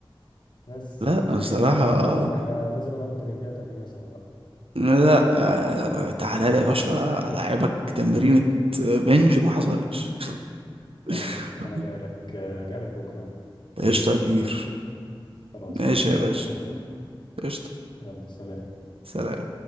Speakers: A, on the left (about 55°); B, on the right (about 80°).
A: بس
B: لا بصراحه
A: على العموم احنا لازم انا وانت نديها تمرينه سوا بقى
B: لا آه، تعالى لي يا باشا العبك تمرينة بنج ما حصلتش
A: خلاص
B: <laughs>
A: انا جاي لك جاي لك بكره يعني.
B: قشطه يا كبير
A: خلاص
B: ماشي
A: ماشي اشوفك
B: يا باشا
A: بكرة حبيبي
B: قشطه
A: يلا سلام
B: سلام